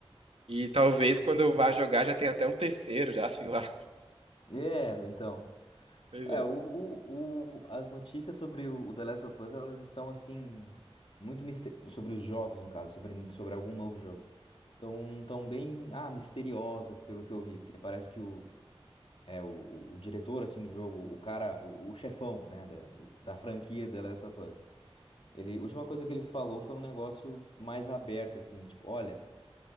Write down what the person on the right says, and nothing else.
E talvez quando eu vá jogar já tenha até um terceiro, já, sei lá. <laughs>
Pois
é.